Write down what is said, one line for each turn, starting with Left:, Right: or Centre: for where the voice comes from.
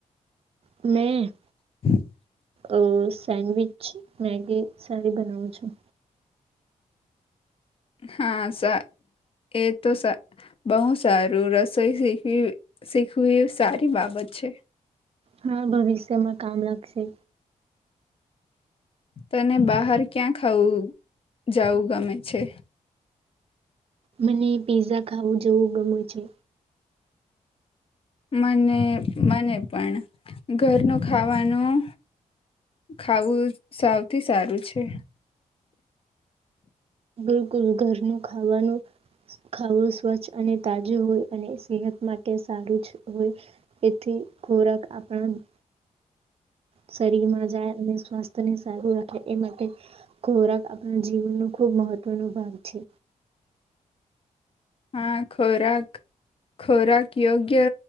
Right: મેં
Left: <inaudible>
Right: અ સેન્ડવિચ મેગી સારી બનાવું છું.
Left: હા એ તો બહુ સારું રસોઈ શીખવી શીખવી સારી બાબત છે.
Right: હા ભવિષ્યમાં કામ લાગશે.
Left: તને બહાર ક્યાં ખાવું જવું ગમે છે?
Right: મને પીઝઝા ખાવું જેવું ગમે છે.
Left: મને મને પણ, ઘરનો ખાવાનું ખાવું સૌથી સારું છે.
Right: બિલકુલ ઘરનું ખાવાનું, ખાવું સ્વચ્છ અને તાજો હોય અને સેહત માટે સારું જ હોય, તેથી ખોરાક આપણા શરીરમાં જાય અને સ્વાસ્થ્યને સારું રાખે એ માટે, ખોરાક આપણા જીવનનો ખૂબ મહત્વનો ભાગ છે.
Left: હા ખોરાક ખોરાક યોગ્ય